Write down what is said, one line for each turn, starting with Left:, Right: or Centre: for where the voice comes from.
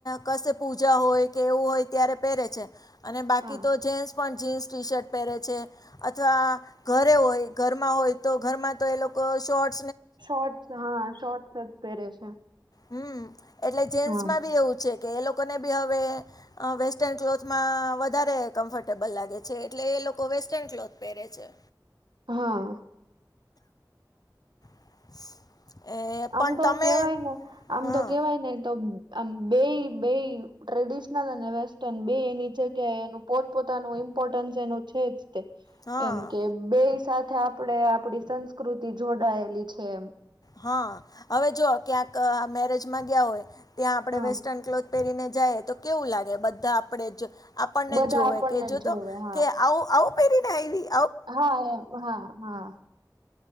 Left: ક પૂજા હોય કે એવું. હોય ત્યારે પહેરે છે અને બાકી
Right: હા
Left: તો જેસ પણ જીન્સ ટી શર્ટ પહેરે છે. અથવા ઘરે હોય ઘરમાં હોય તો ઘરમાં તો એ લોકો શોર્ટ.
Right: શોર્ટસ હા શોર્ટસ જ પહેરે છે.
Left: હમ એટલે જેન્ટસ
Right: હા
Left: માં બી એવું છે. કે એ લોકોને બી હવે અહ વેસ્ટર્ન ક્લોથમાં વધારે કમ્ફર્ટેબલ લાગે છે એટલે એ લોકો વેસ્ટર્ન ક્લોથ પહેરે છે
Right: હા.
Left: <inaudible>
Right: આમ
Left: પણ
Right: તો
Left: તમે
Right: કેવાય ને આમ
Left: હા
Right: તો કેવાય ને તો આમ બેય-બેય ટ્રેડિશનલ અને વેસ્ટર્ન બેય એની જગ્યાએ એનું પોતપોતાનું ઈમ પોર્ટન્સ એનું છે જ તે.
Left: હા
Right: એમ કે બેય સાથે આપણે આપડી સંસ્કૃતિ જોડાયેલી છે એમ.
Left: હા હવે જો ક્યાંક આ મેરેજમાં ગયા હોય ત્યાં આપણે
Right: હા.
Left: વેસ્ટર્ન ક્લોથ પહેરીને જાય તો કેવું લાગે? બધા આપણે જ આપણને
Right: બધા
Left: જોવે
Right: આપણને
Left: કે જો
Right: જ જોવે
Left: તો
Right: હા
Left: કે આવું-આવું પેરી ને આયવી.
Right: હા, એમ હા, હા.